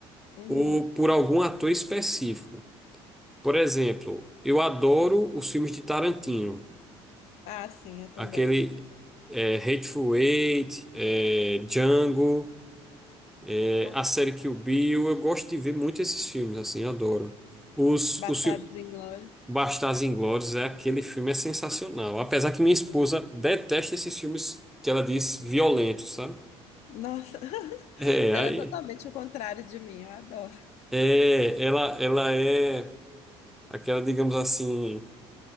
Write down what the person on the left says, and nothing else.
Uhum.
Ah, sim, eu também.
Ups.
Bastardos
Inglórios.
Nossa, <laughs>
ela
é totalmente o contrário de mim, eu adoro.